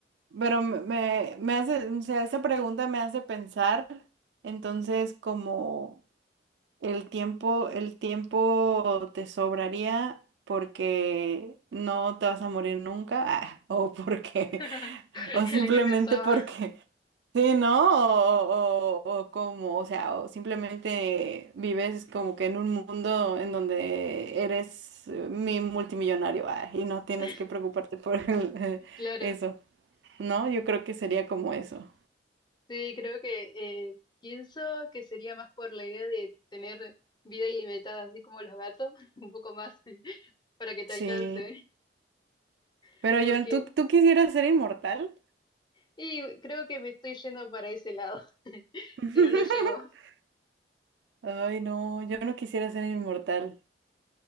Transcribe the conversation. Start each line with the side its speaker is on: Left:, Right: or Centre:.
Right: Pero me, me me hace, o sea, esa pregunta me hace pensar, entonces, como el tiempo, el tiempo te sobraría porque no te vas a morir nunca, ah, o porque,
Left: <laughs>
Right: <laughs> o simplemente
Left: en lo que pensaba,
Right: porque, sí, ¿no? O, o, o como, o sea, o simplemente vives como que en un mundo en donde eres eh, mi multimillonario, ah, y no tienes
Left: <laughs>
Right: que preocuparte por el-
Left: claro,
Right: <laughs> eso. ¿no? Yo creo que sería como eso.
Left: sí, creo que eh, pienso que sería más por la idea de tener vida ilimitada, así como los gatos, <laughs> un poco más <laughs> para que te
Right: Sí.
Left: alcance, <laughs>
Right: Pero
Left: porque,
Right: yo, ¿tú, tú quisieras ser inmortal?
Left: y creo que me estoy yendo para ese lado, <laughs>
Right: <laughs>
Left: si no, no llego.
Right: Ay, no, yo no quisiera ser inmortal.